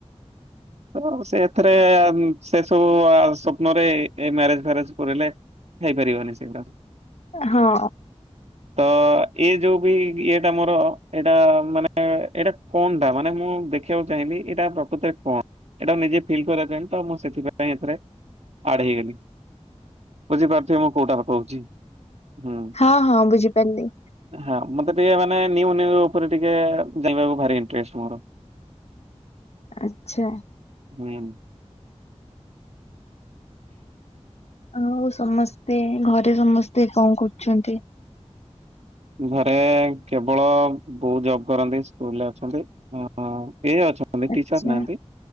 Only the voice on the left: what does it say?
ହଁ।
ହଁ-ହଁ ବୁଝିପାରିଲି।
ଆଚ୍ଛା।
ଆଉ ସମସ୍ତେ ଘରେ ସମସ୍ତେ କଣ କରୁଛନ୍ତି?
ଆଚ୍ଛା